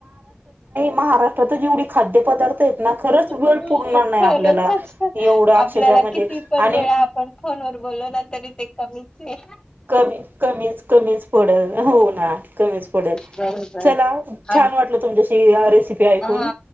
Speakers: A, on the right; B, on the left.
A: महाराष्ट्र तच जेवढी खाद्य पदार्थ आहेत ना खरंच
B: खरंच
A: वेळ पुरणार नाही आपल्याला एवढा
B: आपल्याला
A: अक्षरशः म्हणजे
B: किती पण
A: आणि
B: वेळा आपण फोन वर बोलो ना तरी ते कमीच ये.
A: कमी कमीच कमीच पडल होऊ ना. कमी पडेल
B: बरोबर
A: चला
B: आणि
A: छान वाटल तुमच्याशी हा रेसिपी ऐकून
B: हा